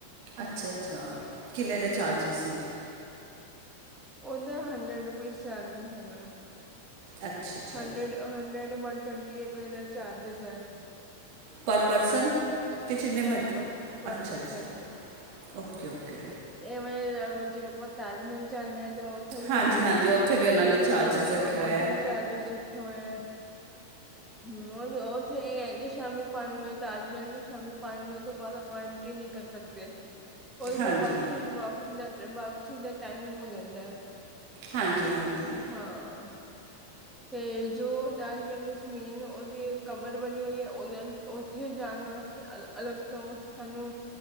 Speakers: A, on the right (about 45°); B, in the centre.
A: ਅੱਛਾ-ਅੱਛਾ ਕਿਲੇ ਦੇ ਚਾਰਜਿਸ ਨੇ?
B: ਓਦਾ ਹੰਡਰੇਡ ਰੁਪੀਸ ਚਾਰਜਿੰਗ ਹੈਗਾ ਐ।
A: ਅੱਛਾ ਅੱਛਾ
B: ਹੰਡਡ ਹੰਡਰਡ ਵਨ ਟਵੰਟੀ ਐਵੇ ਏ ਦਾ ਚਾਰਜਿਸ ਐ।
A: ਪਰ ਪਰਸਨ ਕਿ ਜਿੰਨੇ ਮਰਜੀ
B: ਪਰ ਪਰ
A: ਅੱਛਾ,
B: ਪਰਸਨ
A: ਅੱਛਾ ਓਕੇ ਓਕੇ।
B: ਇਹ ਮੈਂ- <inaudible> ਤਾਜ ਮਹਿਲ ਜਾਂਦੇ ਹਾਂ ਤੇ ਉੱਥੇ ਵੀ
A: ਹਾਂਜੀ
B: ਉੱਥੇ-ਉੱਥੇ।
A: ਹਾਂਜੀ ਉੱਥੇ ਵੀ ਉਹਨਾਂ ਨੇ ਚਾਰਜਸ ਰੱਖਿਆ ਹੋਇਆ ਹੈ
B: ਚਾਰਜ ਰੱਖੇ ਹੋਏਆ, ਹੂੰ ਉਹ ਉੱਥੇ ਇਹ ਹੈਗੇ ਸ਼ਾਮੀ ਪੰਜ ਵਜੇ- ਤਾਜ ਮਹਿਲ ਵੀ ਸ਼ਾਮੀ ਪੰਜ ਵਜੇ ਤੋਂ ਬਾਅਦ ਅਪੁਆਇੰਟ ਹੀ ਨਹੀਂ ਕਰ ਸਕਦੇ। ਉਹਦੇ
A: ਹਾਂਜੀ
B: ਫੇਰ ਵਾਪਸ, ਵਾਪ ਦਾ ਵਾਪਸੀ ਦਾ ਟਾਈਮਿੰਗ ਹੋ ਜਾਂਦਾ ਹੈ।
A: ਹਾਂਜੀ ਹਾਂਜੀ।
B: ਹਾਂ। ਤੇ ਜੋ ਤਾਜ ਮਹਿਲ ਵਿੱਚ ਮੇਨ ਉਹਦੀ ਕਬਰ ਬਣੀ ਹੋਈ ਹੈ। ਉਹਦੇ ਓੁਹ ਉੱਥੇ ਜਾਣ ਵਾਸਤ ਅਲੱਗ ਤੋਂ ਸਾਨੂੰ-